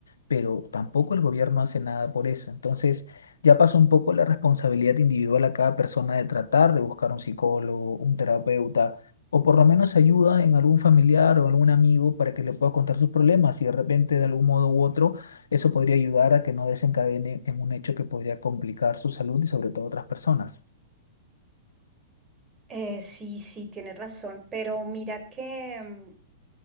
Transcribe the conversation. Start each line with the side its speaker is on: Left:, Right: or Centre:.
Left: pero tampoco el gobierno hace nada por eso. Entonces, ya pasó un poco la responsabilidad individual a cada persona de tratar de buscar un psicólogo, un terapeuta, o por lo menos ayuda en algún familiar o algún amigo para que le pueda contar sus problemas y de repente, de algún modo u otro, eso podría ayudar a que no desencadene en un hecho que podría complicar su salud y sobre todo otras personas.
Right: Eh, sí, sí, tienes razón, pero mira que, mm,